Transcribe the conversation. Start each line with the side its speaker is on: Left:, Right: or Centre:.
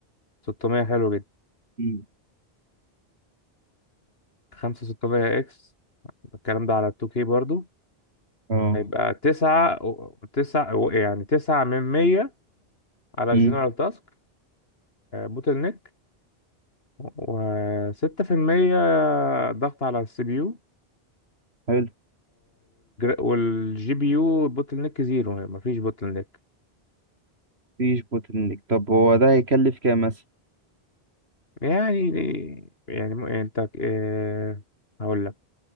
Left: 600 حلو جدا
Right: مم.
Left: 5 600 اكس الكلام ده على 2K برضو
Right: اه
Left: هيبقى تسعة و- تسعة و- يعني تسعة من مية على
Right: امم
Left: الجنرال تاسك بوتل نيك وستة في المية ضغط على السي بي يو
Right: حلو
Left: والجي بي يو بوتل نيك زيرو يعني مفيش بوتل نيك
Right: مفيش بوتل نيك طب هو ده هيكلف كام مثلا
Left: يعني يعني م- يعني انت آه، هقول لك